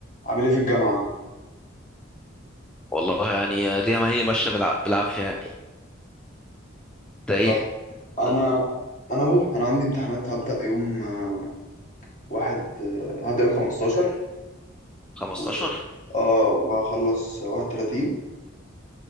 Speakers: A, on the left (about 40°); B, in the centre.
A: عامل ايه في الجامعة؟
B: والله يعني دي ما هي ماشيه بالع- بالعافيه يعني ده ايه
A: طب انا
B: طب
A: انا اهو انا عندي امتحانات هبدأ يوم آه، واحد آه، هبدأ يوم 15
B: 15
A: و... اه وهخلص 31